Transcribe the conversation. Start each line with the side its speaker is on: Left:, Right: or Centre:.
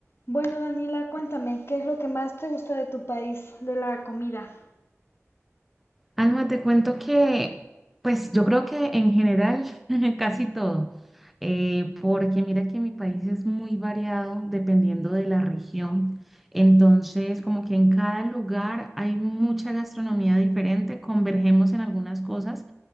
Left: Bueno, Daniela, cuéntame, ¿qué es lo que más te gusta de tu país, de la comida?
Centre: Alma, te cuento que, pues yo creo que en general <laughs> casi todo, eh, porque mira que mi país es muy variado dependiendo de la región, entonces como que en cada lugar hay mucha gastronomía diferente, convergemos en algunas cosas,